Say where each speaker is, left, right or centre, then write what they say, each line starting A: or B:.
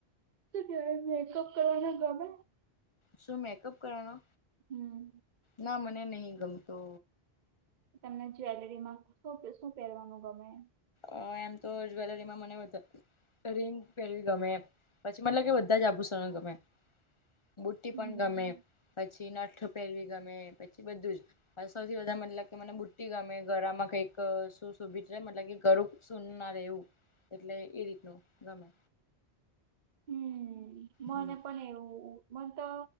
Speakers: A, on the right; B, on the left.
A: શું કેવાય મેકઅપ કરવાનો ગમે?
B: શું મેકઅપ કરવાનો?
A: હમ
B: ના મને નહી ગમતો.
A: તમને જ્વેલરીમાં શુ-શું પહેરવાનું ગમે?
B: અ એમ તો જ્વેલરીમાં મને રિંગ પહેરવી ગમે. પછી મતલબ કે બધા જ આભૂષણો ગમે, બુટી
A: હમ
B: પણ ગમે. પછી નથ પહેરવી ગમે પછી બધું જ. સૌથી વધારે મતલબ કે મને બુટી ગમે, ગળામાં કઈક શું શોભીધ મતલબ ગળુ સૂન ના રહેવું એટલે એ રીતનું ગમે.
A: હમ, મારે
B: હમ
A: પણ એવું. મન તો